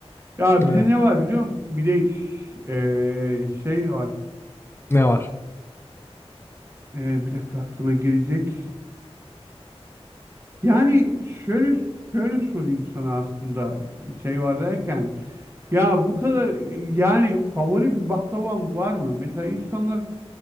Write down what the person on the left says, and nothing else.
evet.
Ne var?